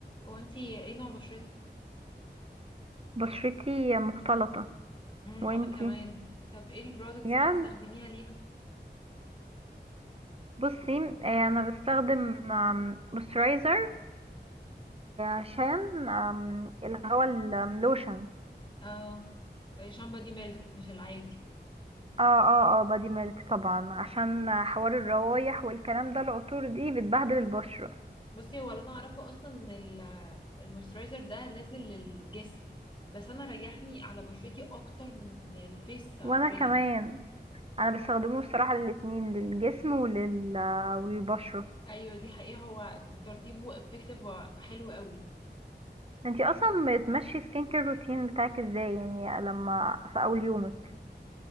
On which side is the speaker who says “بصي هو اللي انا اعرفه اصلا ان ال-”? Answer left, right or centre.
Left